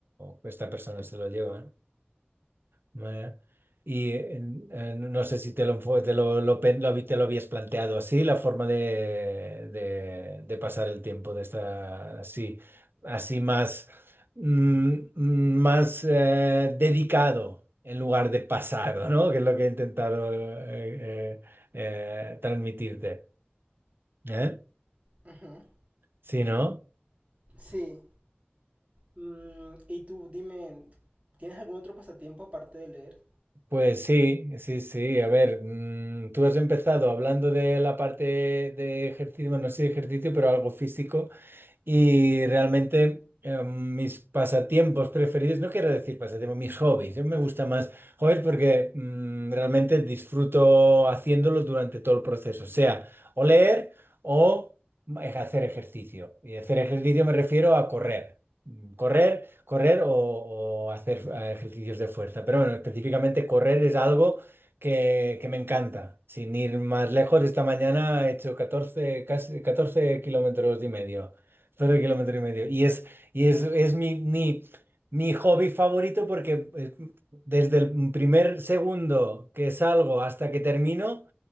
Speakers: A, on the right; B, on the right.
A: lo- esta persona se lo lleva, ¿eh? Vaya. Y en- eh, no sé si te lo, enfo- te lo, lo pen- lo vi- te lo habías planteado así, la forma de, de- de pasar el tiempo de esta así, así más, mm, mm, más eh, dedicado en lugar de pasado, ¿no? Que es lo que he intentado eh, eh, eh, transmitirte. ¿Eh?
B: Ujú.
A: ¿Sí, no?
B: Sí. Mm, y tú, dime, ¿tienes algún otro pasatiempo aparte de leer?
A: Pues sí, sí, sí. A ver, mm, tú has empezado hablando de la parte de ejercicio, bueno, no sé de ejercicio, pero algo físico. Y realmente eh, mis pasatiempos preferidos, no quiero decir pasatiempos, mis hobbies. Yo me gusta más hobbies porque mm, realmente disfruto haciéndolos durante todo el proceso, sea o leer o ej- hacer ejercicio. Y hacer ejercicio me refiero a correr. Mm, Correr, correr o, o hacer eh, ejercicios de fuerza. Pero bueno, específicamente correr es algo que, que me encanta. Sin ir más lejos, esta mañana he hecho catorce casi 14 kilómetros y medio. Solo kilómetro y medio. Y es, y es, es mi, mi, mi hobby favorito porque eh, desde el primer segundo que salgo hasta que termino,